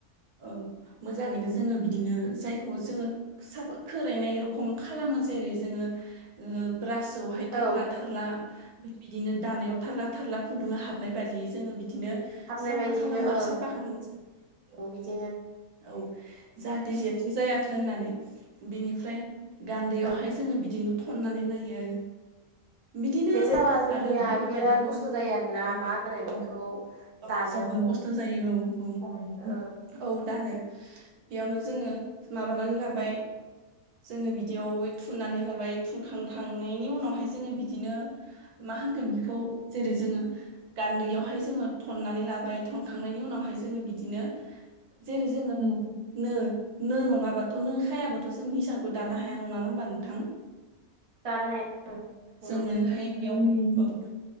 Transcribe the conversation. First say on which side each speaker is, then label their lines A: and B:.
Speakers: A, on the right (about 80°); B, on the right (about 25°).
A: ओ मोजाङैनो जोङो बिदिनो जायखौ जोङो साफ खोरायनाय रखम खालामो जेरै जोङो ओ ब्रासआवहाय थाब्ला
B: औ
A: थारला बिदिनो दानायाव थारला थारला खुन्दुङा हाबनाय बायदियै जोङो बिदिनो
B: हाबनाय
A: साफा
B: बायदिनो
A: खालामो आरो
B: ओं
A: साफा खालामनो
B: बिदिनो
A: औ जाहाथे जेथो जायाथों होननानै बिनिफ्राय गान्दैयावहाय
B: ओं
A: जोङो बिदिनो थननानै नायो बिदिनो
B: जेथो जाबा जोंनिया
A: आरो बेफोरबायदिखौहाय
B: बिराद खस्थ'
A: जोंनि
B: जायो आरोना
A: औ
B: मा होनो बेखौ
A: औ औ
B: दानो
A: जोबोर खस्थ' जायो औ औ
B: ओ
A: औ दानो बेयावनो जोङो माबानानै लाबाय जोङो बिदियाव थुननानै लाबाय थुनखांखांनायनि उनावहाय जोङो बिदिनो मा होनगोन बेखौ जेरै जोङो गान्दैयावहाय जोङो थननानै लाबाय थनखांनायनि उनावहाय जोङो बिदिनो जेरै जोङो नो नो नङाबाथ' नो हायाबाथ' जों हिसारखौ दानो हाया नङाना होमबा नोंथां <inaudible>
B: दानो हाया नंगौ
A: जोंनोहाय बेयाव औ